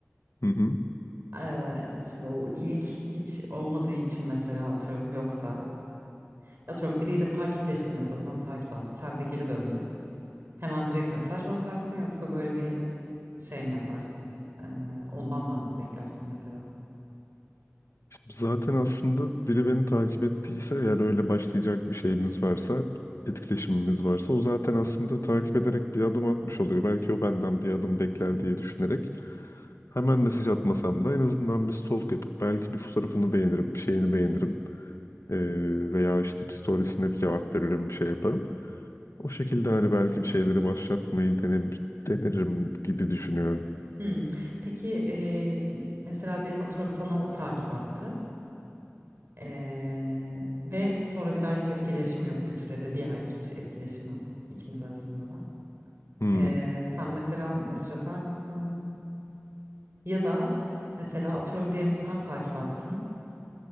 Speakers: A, on the left; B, on the right.
A: Hı hı.
B: Ee, şimdi o ilk hiç olmadığı için mesela atıyorum yoksa atıyorum biriyle takipleştin mesela sana takip attı sen de geri döndün. Hemen direkt mesaj mı atarsın yoksa böyle bir şey mi yaparsın? Ee, ondan mı beklersin mesela?
A: Zaten aslında biri beni takip ettiyse eğer öyle başlayacak bir şeyimiz varsa, etkileşimimiz varsa o zaten aslında takip ederek bir adım atmış oluyor. Belki o benden bir adım bekler diye düşünerek hemen mesaj atmasam da en azından bir stalk yapıp belki bir fotoğrafını beğenirim, bir şeyini beğenirim Ee, veya işte bir storiesine bir cevap veririm, bir şey yaparım. O şekilde hani belki bir şeyleri başlatmayı denem denerim gibi düşünüyorum.
B: Hmm. Peki eee, mesela derim atıyorum sana o takip attı Eee, ve sonra bir daha hiç etkileşim yok bir süredir bir aydır hiç etkileşim yok ikiniz arasında da.
A: Hmm,
B: Eee, sen mesela mesaj atar mısın? Ya da mesela atıyorum diyelim sen takip attın.